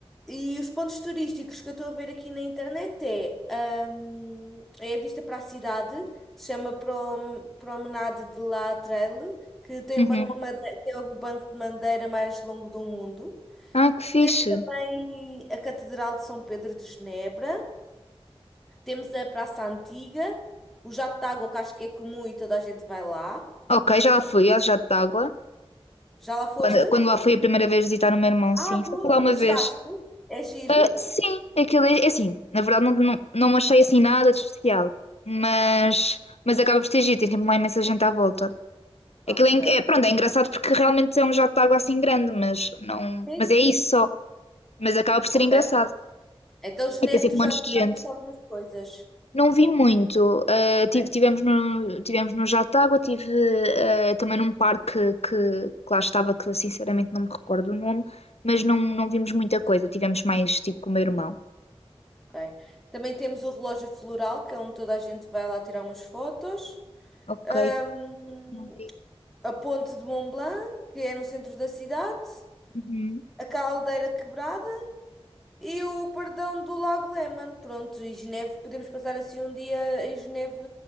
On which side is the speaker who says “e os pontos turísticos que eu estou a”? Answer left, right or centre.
Centre